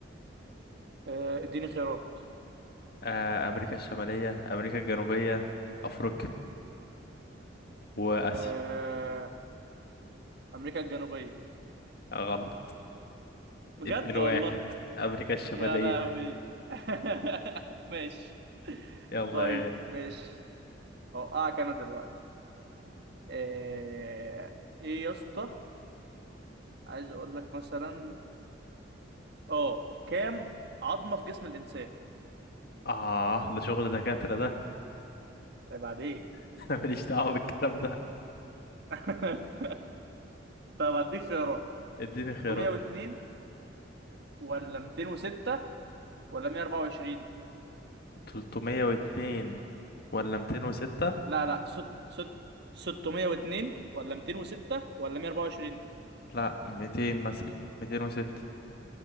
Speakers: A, on the right; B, on the left.
A: آه اديني خيارات
B: آه أمريكا الشمالية أمريكا الجنوبية أفريقيا وآسيا
A: آه، امريكا الجنوبيه
B: آه غلط
A: بجد
B: 2-1
A: والله
B: أمريكا الشمالية
A: يا لهوي <laughs> ماشي
B: يلا يا
A: طيب
B: غالي
A: ماشي هوقعك انا دلوقتي ايه ايه يا اسطى عايز اقول لك مثلا اه كام عظمه في جسم الانسان
B: آه ده شغل دكاترة ده
A: إيه بعد ايه
B: <laughs> أنا ماليش دعوة بالكلام ده
A: <laughs> طب هديك خيارات
B: اديني خيارات
A: 602 ولا 206 ولا 124
B: 302 ولا 206
A: لا لا ست ست 602 ولا 206 ولا 124
B: لا 200 مثلا 206